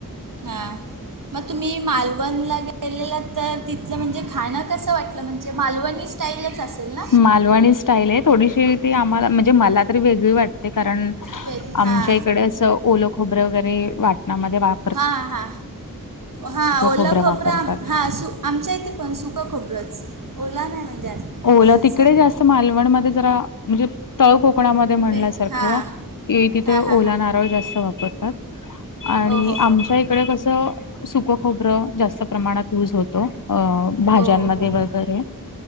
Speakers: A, on the right; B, on the left.
A: हा मग तुम्ही मालवणला गे केलेलं तर तिथलं म्हणजे खाणं कस वाटलं म्हणजे मालवणी स्टाईलच असेल ना?
B: मालवणी स्टाईल आहे थोडीशी ती आम्हाला म्हणजे मला तरी वेगळी वाटते कारण
A: वेग
B: आमच्या
A: हां
B: इकडे अस ओलो खोबरं वगैरे वाटणामध्ये वा
A: हा हा हा. ओल
B: खोबरं
A: खोबरा
B: वापरतात.
A: हा सु. आमच्या इथे पण सुकं खोबरं चं ओला नाही म्हणजे. असं
B: ओलं
A: असं
B: तिकडे जास्त मालवणमध्ये जरा, म्हणजे तळ कोकणामध्ये म्हणल्यासारखं.
A: वे हां
B: कि तिथ
A: हां
B: ओला
A: हां हां
B: नारळ जास्त वापरतात आणि
A: हो हो हो
B: आमच्या
A: हो
B: इकडे कसं. सुक खोबरं जास्त प्रमाणात युज होतो, भाज्यांमध्ये
A: हो हो
B: वगैरे.